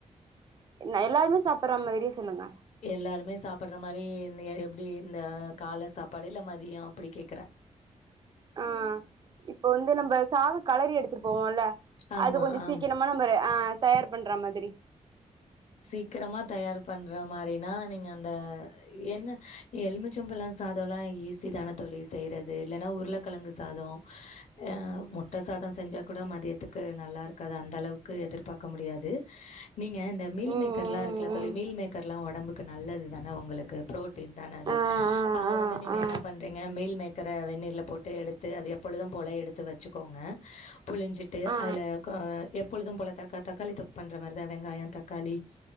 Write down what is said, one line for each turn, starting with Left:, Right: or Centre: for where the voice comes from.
Right: என்ன எல்லாருமே சாப்பற மாதிரியே சொல்லுங்க
Left: எல்லாருமே சாப்பட்ற மாரி என் எப்டி இந்த கால சாப்பாடு இல்ல மதிய அப்டி கேக்குறே
Right: ஆ இப்ப வந்து நம்ம சாத கலறி எடுத்திட் போவோல்ல
Left: ஆமா
Right: அது கொஞ்ச சீக்கிரமா
Left: ஆம்
Right: நம்ம ஆ தயார் பண்ற மாதிரி
Left: சீக்கிரமா தயார் பண்ற மாரினா நீங்க அந்த என்ன எலுமிச்சபழ சாதலா ஈஸி தானே தோழி செய்றது இல்லன்னா உருளக்கெழங்கு சாதோ அ முட்ட சாத செஞ்சா கூட மதியத்துக்கு நல்லா இருக்காது அந்த அளவுக் கு எதிர்பாக்க முடியாது நீங்க இந்த மீல்
Right: ம்
Left: மேக்கர்லா
Right: ம்
Left: இருக்குல
Right: ம்
Left: தோழி மீல் மேக்கர்லா ஒடம்புக்கு நல்லது தானே ஒங்களுக்கு புரோட்டீன் தானே அது
Right: ஆ
Left: அத
Right: ஆ
Left: வந்து நீங்க
Right: ஆ ஆ
Left: என்னா பண்ணுறீங்க மீல் மேக்கர வென்நீர்ல போட்டு எடுத்து அது எப்பொழுது போல எடுத்து வச்சிக்கோங்க புழிஞ்சிட்டு
Right: ஆ
Left: அதுல க எப்பொழுது போல தக்கா தக்காளி தொக் பண்ற மார் தா வெங்காய தக்காளி